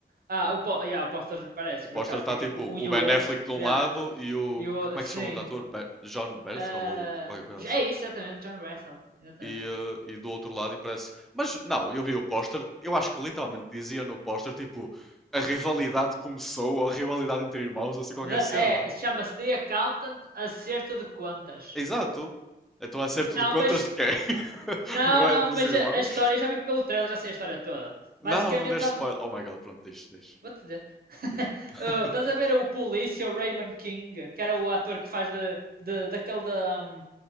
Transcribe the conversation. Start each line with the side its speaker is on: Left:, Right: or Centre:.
Right: Ah, o, po- yeah, o póster parece,
Centre: O
Right: por
Centre: póster
Right: acaso,
Centre: está
Right: que é tipo
Centre: tipo
Right: um
Centre: o
Right: e o
Centre: Ben
Right: outro.
Centre: Affleck de um
Right: Yeah,
Centre: lado e o.
Right: e o outro,
Centre: Ah, como é
Right: sim.
Centre: que se chama o outro ator? Be- John Berthold
Right: Ah,
Centre: ou qualquer coisa assim.
Right: é isso, exatamente, John Russell. Exatamente.
Centre: e, eh, e do outro lado e parece. Mas não, eu vi o póster, eu acho que literalmente dizia no póster tipo a rivalidade começou, ou a rivalidade entre irmãos, ou assim qualquer
Right: The-
Centre: cena.
Right: é, chama-se The Accountant Acerto de Contas.
Centre: Exato. Então acerto
Right: Não,
Centre: de contas
Right: mas.
Centre: de quem? <laughs>
Right: Não,
Centre: Não
Right: não,
Centre: é dos
Right: mas
Centre: irmãos?
Right: a, a história, eu já vi pelo trailer, já sei a história toda. Basicamente,
Centre: Não, não deixe
Right: sabes.
Centre: spoiler. Oh my god, pronto, deixe, deixe,
Right: Vou-te dizer. <laughs>
Centre: deixe. <laughs>
Right: Uh, estás a ver o polícia, o Raymond King, que era o ator que faz de, de, daquele da, um,